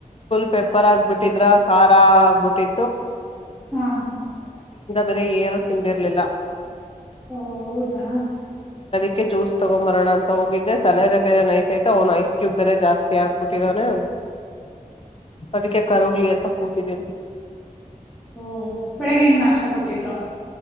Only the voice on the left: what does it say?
ಪೆಪರ್ ಆಗ್ಬಿಟ್ಟಿದ್ರ ಖಾರ ಆಬಿಟ್ಟಿ
ಬರೆ ಏರ್ ಫ್ ಇಂಡ್ಯರ್ಲಿಲ್ಲ
ಕ್ಕೆ ಜ್ಯೂಸ್ ತಗೊಬರೋಣ ಅಂತ ಹೋಗಿದ್ರೆ ತಲೆ ಬೇರೆ ನೈತೈತ ಅವ್ನು ಐಸ್ ಕ್ಯೂಬ್ ಬೇರೆ ಜಾಸ್ತಿ ಆಾಕ್ಬಿಟ್ಟಿದ ಅವನೆ ಅದಕ್ಕೆ ಕರೋಗ್ಲಿ ಅಂತ ಕೂಚಿದ್ದೀನಿ